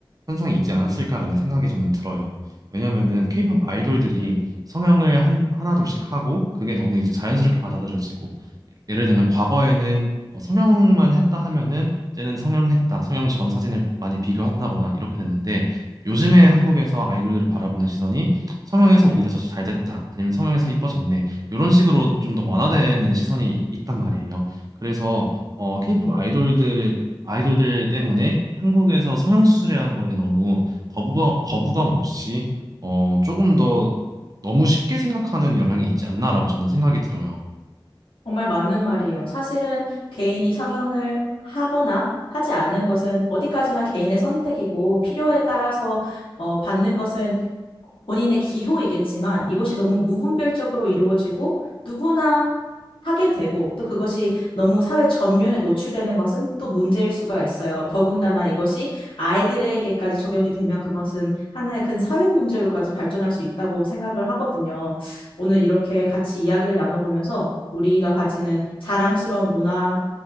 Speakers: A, on the right (about 45°); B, on the left (about 80°).
A: 현상이 있지 않았을까라는 생각이 저는 들어요. 왜냐면은 케이팝 아이돌들이 성향을 한, 하나둘씩 하고 그게 너무 이제 자연스럽게 받아들여지고 예를 들면 과거에는 어, 성형만 했다 하면은 쟤는 성형했다, 성형 전 사진을 많이 비교한다거나 이렇게 됐는데 요즘에 한국에서 아이돌들을 바라보는 시선이 성형에서 오히려 더 잘 됐다, 아니면 성형에서 이뻐졌네 이런 식으로 좀 더 완화되는 시선이 있단 말이에요. 그래서 어, 케이팝 아이돌들의 아이돌들 때문에 한국에서 성형수술이라는 거에 너무 거부, 거부감 없이 어, 조금 더 너무 쉽게 생각하는 영향이 있지 않나라고 저는 생각이 들어요.
B: 정말 맞는 말이에요. 사실은 개인이 성형을 하거나 하지 않는 것은 어디까지나 개인의 선택이고 필요에 따라서 어, 받는 것은 본인의 기호이겠지만 이것이 너무 무분별적으로 이루어지고 누구나 하게 되고 또 그것이 너무 사회 전면에 노출되는 것은 또 문제일 수가 있어요. 더군다나 이것이 아이들에게까지 적용이 되면 그것은 하나의 큰 사회 문제로까지 발전할 수 있다고 생각을 하거든요. 오늘 이렇게 같이 이야기를 나눠보면서 우리가 가지는 자랑스러운 문화,